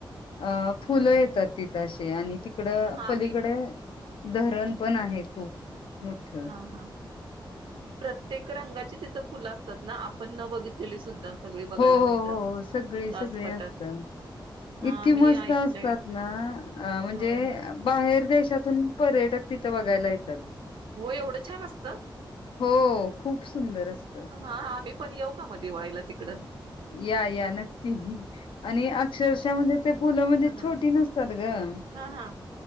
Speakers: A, on the left; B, on the right.
A: अ फुलं येतात तिथं अशीे आणि तिकड
B: हा
A: पलीकडे
B: मी
A: धरण पण आहे खूप मोठ हो
B: हा हा प्रत्येक रंगाची ति त फुलं असतात ना, आपण न बघितलेली सुद्धा सगळी बघायला
A: हो हो
B: मिळतात
A: हो हो सगळी
B: कास
A: सगळी
B: पठार
A: असत
B: हा
A: इतकी
B: मी
A: मस्त
B: ऐकलंय
A: असतात ना अ म्हणजे
B: होय होय
A: बाहेर देश त्यातून पर्यटक तिथं बघायला येतात.
B: हो एवढं छान असत?
A: हो खूप सुंदर असतं
B: हा आम्ही पण येऊ का म दिवाळीला तिकडं
A: या या नक्की आणि अक्षरशः म्हणजे ते फुलं म्हणजे
B: ह ह
A: छोटी नसतात ग
B: हा हा